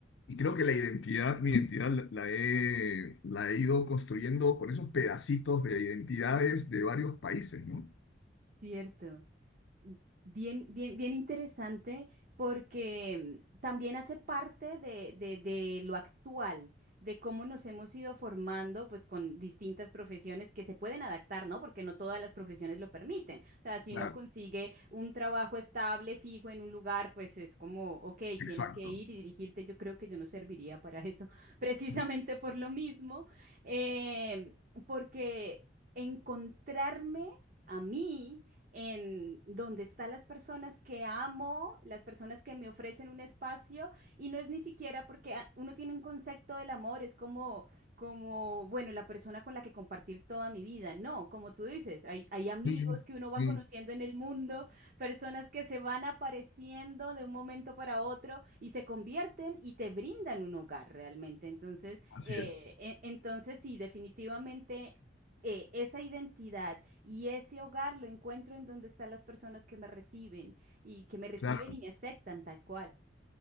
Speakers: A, on the left; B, on the right.
A: Y creo que la identidad, mi identidad la la he, la he ido construyendo con esos pedacitos de identidades de varios países, ¿no?
B: Cierto. Bien, bien, bien interesante porque mm, también hace parte de, de- de lo actual, de cómo nos hemos ido formando pues con distintas profesiones que se pueden adaptar, ¿no? Porque no todas las profesiones lo permiten. O sea, si
A: Claro.
B: uno consigue un trabajo estable, fijo en un lugar, pues es como, ok, tienes
A: Exacto.
B: que ir y dirigirte. Yo creo que yo no serviría para eso, <laughs> precisamente
A: Mm,
B: por lo mismo, eh, porque encontrarme a mí en donde están las personas que amo, las personas que me ofrecen un espacio, y no es ni siquiera porque ah, uno tiene un concepto del amor, es como, como, bueno, la persona con la que compartir toda mi vida. No, como tú dices, hay, hay amigos
A: mm,
B: que uno va conociendo
A: mm.
B: en el mundo, personas que se van apareciendo de un momento para otro y se convierten y te brindan un hogar realmente. Entonces,
A: Así
B: eh,
A: es.
B: e- entonces sí, definitivamente eh, esa identidad y ese hogar lo encuentro en donde están las personas que me reciben y que me reciben
A: Claro,
B: y me aceptan tal cual.